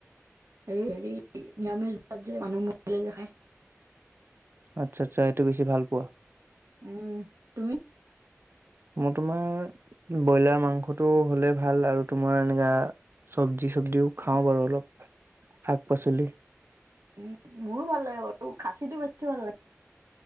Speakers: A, on the right; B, on the right.
A: এই হেৰি নিৰামিষ ভাত যে, মানুহ মৰিলে যে খায়
B: আচ্ছা, আচ্ছা। এইটো বেছি ভাল পোৱা?
A: উম। তুমি
B: মই তোমাৰ ব্ৰইলাৰ মাংসটো হ'লে ভাল। আৰু তোমাৰ এনেকা চবজি-থবজিও খাওঁ বাৰু। অলপ শাক-পাচলি
A: উম, মোৰো ভাল লাগে বাৰু। খাছিটো বেছি ভাল লাগে।